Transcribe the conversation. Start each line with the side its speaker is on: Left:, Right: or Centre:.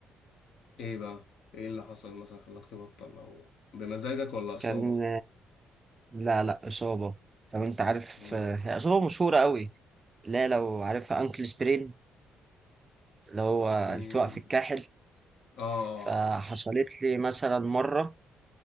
Left: ايه بقى ايه اللي حصل مثلا خلاك تبطل او بمزاجك ولا اصابة
Right: كان لا لا إصابة لو أنت عارف
Left: امم
Right: آه، هي إصابة مشهورة قوي لا لو عارفها أنكل سبرين اللي هو
Left: امم
Right: التواء في الكاحل
Left: اه
Right: فحصلت لي مثلا مرة